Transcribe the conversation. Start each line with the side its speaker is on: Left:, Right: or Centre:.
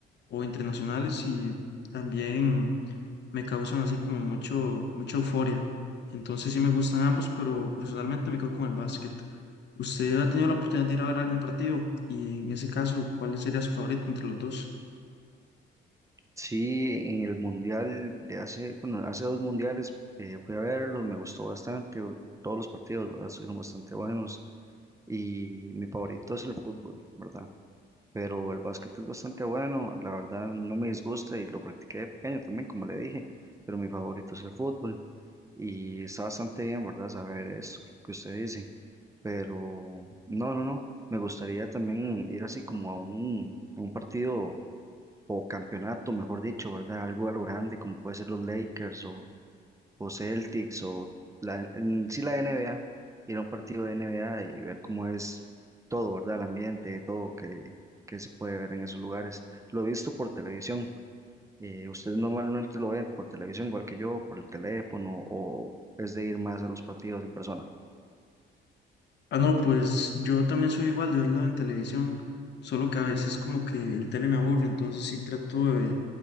Left: o internacionales y también me causan así como mucho, mucha euforia. Entonces sí me gustan ambos, pero personalmente me quedo con el básquet. ¿Usted ha tenido la oportunidad de ir a ver algún partido? Y en ese caso, ¿cuál sería su favorito entre los dos?
Right: Sí, en el mundial de hace, bueno, hace dos mundiales eh, fui a verlo, me gustó bastante, o- todos los partidos, ¿verdad? Fueron bastante buenos y mi favorito es el fútbol, ¿verdad? Pero el básquet es bastante bueno, la verdad no me disgusta y lo practiqué de pequeño también, como le dije, pero mi favorito es el fútbol. Y está bastante bien, ¿verdad? Saber esto que usted dice. Pero no, no, no. Me gustaría también ir así como a un, a un partido o campeonato, mejor dicho, ¿verdad? Algo a lo grande, como puede ser los Lakers o, o Celtics o la, en sí la NBA. Ir a un partido de NBA y ver cómo es todo, ¿verdad? El ambiente, todo que, que se puede ver en esos lugares. Lo he visto por televisión, eh, ¿ustedes normalmente lo ven por televisión igual que yo, por el teléfono o es de ir más a los partidos en persona?
Left: Ah, no, pues yo también soy igual de verlo en televisión, solo que a veces como que el tele me aburre, entonces sí trato de,